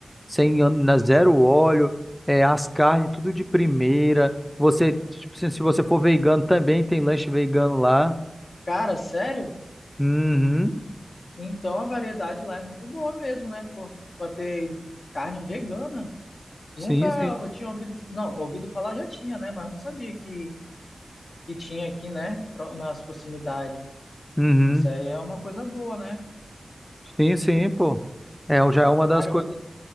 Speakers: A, in the centre; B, on the left.
A: sem ân- na zero óleo, é, as carnes tudo de primeira. Você, tipo, se, se você for vegano também tem lanche vegano lá.
B: Cara, sério?
A: Uhum.
B: Então a variedade lá é muito boa mesmo, né? Porque pra ter carne vegana. Nunca
A: Sim, sim.
B: eu tinha ouvido, não, ouvido falar já tinha, né? Mas não sabia que, que tinha aqui, né? Pro- Nas proximidades.
A: Uhum.
B: Isso aí é uma coisa boa, né?
A: Sim, sim, pô. É, já é uma das
B: Cara,
A: coisas.
B: eu vou-